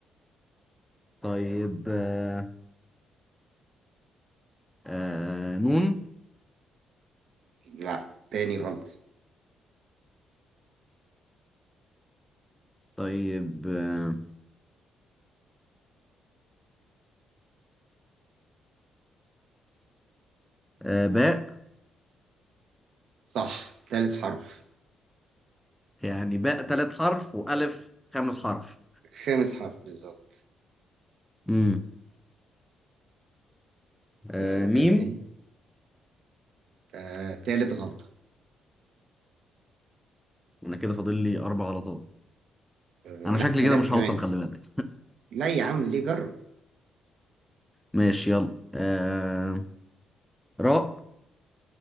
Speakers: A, in the centre; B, on the right.
A: طيب آه آه نون
B: لا تاني غلط
A: طيب آه آه باء
B: صح تالت حرف
A: يعني باء ثلاث حرف وألف خمس حرف
B: خامس حرف بالظبط
A: مم. آه
B: جرب
A: ميم
B: كده تاني آه تالت غلطه
A: أنا كده فاضل لي أربع غلطات
B: آه
A: أنا
B: لا
A: شكلي
B: تلاته
A: كده مش
B: كمان
A: هوصل خلي بالك
B: لا يا عم ليه جرب
A: ماشي يلا آه راء